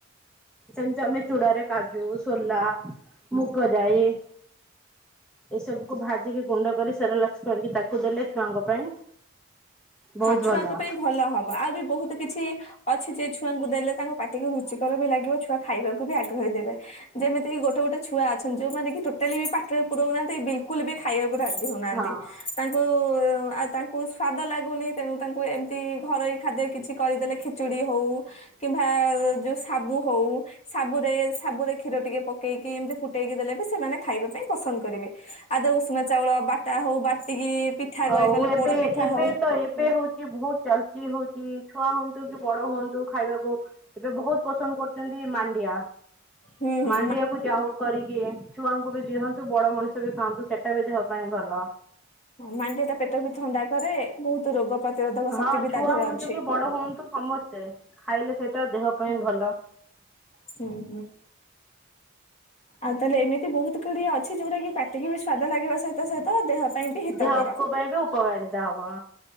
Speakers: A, in the centre; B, on the left (about 35°).
A: ସେମିତି ଆମେ ଚୂଡାରେ କାଜୁ, ସୋଲା, ମୁଗ ଜାଇ ଏସବୁକୁୁ ଭାଜିକି ଗୁଣ୍ଡ କରି ସେରେଲାକ୍ସ କରିକି ତା କୁ ଦେଲେ ଛୁଆଙ୍କ ପାଇଁ ବହୁତ
B: ହଁ ଛୁଆଙ୍କ
A: ଭଲ
B: ପାଇଁ ଭଲ ହବ ଆଉ ବି ବହୁତ କିଛି ଅଛି ଯେ ଛୁଆଙ୍କୁ ଦେଲେ ତାଙ୍କ ପାଟିକୁ ରୁଚିକର ବି ଲାଗିବ ଛୁଆ ଖାଇବାକୁ ବି ଆଗ୍ରହୀ ଦେବେ। ଯେମିତିକି ଗୋଟେ ଗୋଟେ ଛୁଆ ଅଛନ୍ତି ଯୋଉମାନେ କି ଟୋଟାଲି ବି ପାଟିରେ ପୁରଉନାହାଁନ୍ତି ବିଲକୁଲ ବି ଖାଇବାକୁ ରା ଜି ହଉନାହାଁନ୍ତି
A: ହଁ
B: ତାଙ୍କୁ ଆଉ ତାଙ୍କୁ ସ୍ଵାଦ ଲାଗୁନି ତେଣୁ ତାଙ୍କୁ ଏମତି ଘରୋଇ ଖାଦ୍ୟ କିଛି କରିଦେଲେ ଖିଚିଡି ହଉ କିମ୍ଭା ଜୁସ ସାବୁ ହଉ ସାବୁରେ ସାବୁରେ କ୍ଷୀର ଟିକେ ପକେଇକି ଏମତି ଫୁଟେଇକି ଦେଲେ ବି ସେମାନେ ଖାଇବା ପାଇଁ ପସନ୍ଦ କରିବେ। ଆଦ ଉଷୁନା ଚାଉଳ ବାଟା ହଉ ବାଟିକି ପିଠା
A: ହଉ
B: କରି ନହେଲେ
A: ଏବେ
B: ପୋଡ ପିଠା
A: ଏବେ
B: ହଉ
A: ତ ଏ ବେ ହଉଛି ବହୁତ ଚାଲୁଚି ହଉଛି ଛୁଆ ହୁଅନ୍ତୁ କି ବଡ ହୁଅ ନ୍ତୁ ଖାଇବାକୁ ଏବେ ବହୁତ ପସନ୍ଦ କରୁଚନ୍ତି ମାଣ୍ଡିଆ।
B: ହୁଁ ହୁଁ
A: ମାଣ୍ଡିଆ କୁ ଯାଉ କରିକି ଛୁଆଙ୍କୁ ବି ଦିଅନ୍ତୁ। ବଡ ମଣିଷ ଷ ବି ଖାଆନ୍ତୁ ସେଟା ବି ଦେହ ପାଇଁ ଭଲ।
B: ମାଣ୍ଡିଆ ଟା ପେଟ ବି ଥଣ୍ଡାକରେ ବହୁତ ରୋଗ ପ୍ରତିରୋଧକ ଶକ୍ତି
A: ହଁ
B: ବି
A: ଛୁଆ
B: ତା ଦେହରେ
A: ହୁଅନ୍ତୁ
B: ଅଛି।
A: କି ବଡ ହୁଅନ୍ତୁ ସମସ୍ତେ ସେ ଖାଇଲେ ସେଇଟା ଦେହ ପାଇଁ ଭଲ।
B: ହୁଁ ହୁଁ ଆଉ ତାହେଲେ ଏମିତି ବହୁତ ଅଛି ଯୋଉଟା କି ପାଟିକି ବି ସ୍ଵାଦ ଲାଗିବା ସହିତ ସହିତ ଦେହ <unintelligible> ବି ହିତକର
A: ଦେହକୁ ପାଇଁ ବି ଉପକାରିତା ହବ